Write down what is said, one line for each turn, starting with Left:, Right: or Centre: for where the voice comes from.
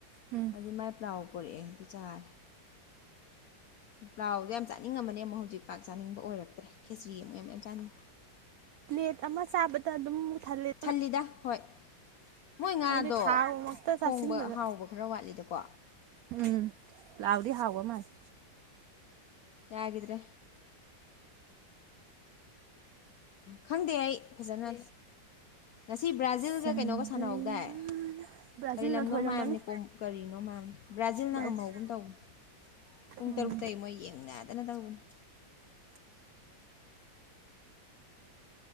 Right: ꯎꯝ
Left: ꯑꯗꯨ ꯃꯥꯏ ꯄ꯭ꯂꯥꯎ ꯄꯨꯔꯛꯑꯦ ꯑꯗꯨ ꯆꯥꯔꯦ ꯄ꯭ꯂꯥꯎꯗꯣ ꯌꯥꯝ ꯆꯥꯅꯤꯡꯉꯝꯕꯅꯦ ꯑꯃꯨꯛ ꯍꯧꯖꯤꯛ ꯄꯥꯛ ꯆꯥꯅꯤꯡꯕ ꯑꯣꯏꯔꯛꯇ꯭ꯔꯦ ꯈꯦꯆ꯭ꯔꯤ ꯑꯃꯨꯛ ꯌꯥꯝ ꯆꯥꯅꯤꯡꯉꯦ
Right: ꯄ꯭ꯂꯦꯠ ꯑꯃ ꯆꯥꯕꯗ ꯑꯗꯨꯝꯕꯨ ꯊꯜꯂꯦ
Left: ꯊꯜꯂꯤꯗ ꯍꯣꯏ ꯃꯣꯏ ꯉꯥꯗꯣ
Right: ꯍꯥꯏꯕꯗꯤ ꯊꯥꯎꯃꯛꯇ
Left: ꯊꯣꯡꯕ
Right: ꯆꯥꯁꯤꯟꯕꯗ
Left: ꯍꯥꯎꯕ ꯈꯔ ꯋꯥꯠꯂꯤꯗꯀꯣ
Right: ꯎꯝ ꯄꯂꯥꯎꯗꯤ ꯍꯥꯎꯕ ꯃꯥꯜꯂꯤ
Left: ꯌꯥꯒꯤꯗ꯭ꯔꯦ ꯈꯪꯗꯦ ꯑꯩ ꯐꯖꯅ ꯉꯁꯤ ꯕ꯭ꯔꯥꯖꯤꯜꯒ
Right: ꯆꯪꯕ꯭ꯔꯩ
Left: ꯀꯩꯅꯣꯒ ꯁꯥꯟꯅꯍꯧꯗꯥꯏ
Right: ꯃꯥꯅ ꯕ꯭ꯔꯥꯖꯤꯜꯅ
Left: ꯀꯔꯤ ꯂꯝꯅꯣꯃ
Right: ꯊꯣꯏꯔꯝꯃꯅꯤ
Left: ꯍꯥꯌꯕꯅꯦ ꯀꯣꯝ ꯀꯔꯤꯅꯣ ꯃꯕꯅꯦ ꯕ꯭ꯔꯥꯖꯤꯜꯅ
Right: ꯕ꯭ꯔꯥꯖꯤꯜ
Left: ꯉꯝꯍꯧꯒꯨꯝ ꯇꯧꯕꯅꯤ ꯄꯨꯡ
Right: ꯎꯝ
Left: ꯇꯔꯨꯛꯇꯩꯒꯤ ꯃꯣꯏ ꯌꯦꯡꯅꯗꯅ ꯇꯧꯕꯅꯤ